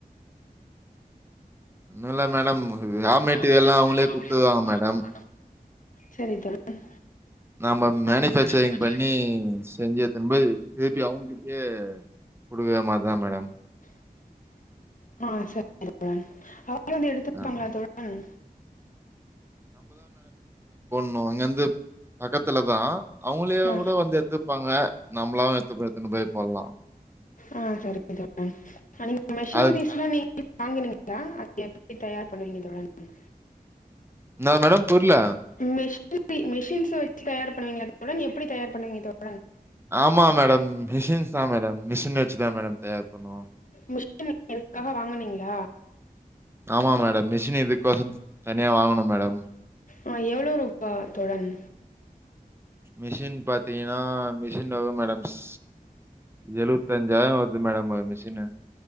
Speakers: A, on the right; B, on the left.
A: ஒன்னுல்ல மேடம் ரா மெட்டீரியல்லாம்
B: காம்பெனி
A: அவுங்ளே
B: எல்லாம்
A: குத்துறுவாங்க
B: அவங்களே
A: மேடம்
B: பார்க்கணும் சரி தோழன்
A: நாம
B: நம்ம
A: மேனுபேக்ச்சரிங்
B: மேனுஃபேக்சரிங்
A: பண்ணி செஞ்சு எத்துன்போய் திருப்பி அவுங்களுக்கே குடுக்குற மாரிதான் மேடம்
B: ஹ்ம் ஆஹ் சரிங்க தோழன் முன்னாடியே வந்து எடுத்துப்பாங்களா
A: ஆ
B: தோழன்
A: நோ இங்கந்து பக்கத்துலதா அவுங்ளேயே
B: ஆ
A: கூட வந்து எத்துப்பாங்க நம்மளாவு திரும்ப எத்துனு போய் பண்லாம்
B: ஆஹ் சரிங்க தோழன் அ நீங்க மிஷினரிஸ்லாம்
A: அது
B: நீங் க வாங்குனீங்லா அத எப்டி தயார் பண்ணுவிங்க தோழன்
A: என்னா மேடம் புரில
B: மிஷ் மிஷின்ஸ் வச்சு தயார் பண்ணுவிங்ளா தோழன் எப் எப்டி தயார் பண்ணுவீங்க தோழன்
A: ஆமா மேடம் மிஷின்ஸ்தா மேடம் மிஷின் வச்சுதா மேடம் தயார் பண்ணுவோ
B: மிஷின் வக்க எவ்ளோ ஆகும் வாங்கனீங்ளா
A: ஆமா மேடம் மிஷின் இதுக்கோசம் தனியா வாங்கணோ மேடம்
B: ஆ எவ்ளோ ரூபா தோழன்
A: மிஷின் பாத் பாத்தீங்கன்னா மிஷின் வரோ மேடம்ஸ் எழுப் பதஞ்சாயரம் வருது மேடம் மிஷீனு